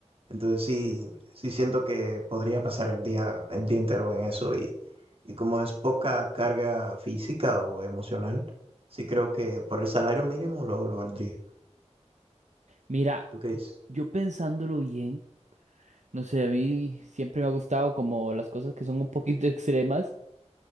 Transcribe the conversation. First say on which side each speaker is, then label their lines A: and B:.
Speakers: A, on the right; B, on the right.
A: Entonces sí, sí siento que podría pasar el día, el día entero en eso y, y como es poca carga física o emocional, sí creo que por el salario mínimo lo, lo valdría.
B: Mira,
A: ¿Tú qué dices?
B: yo pensándolo bien, no sé, a mí siempre me ha gustado como las cosas que son un poquito <laughs> extremas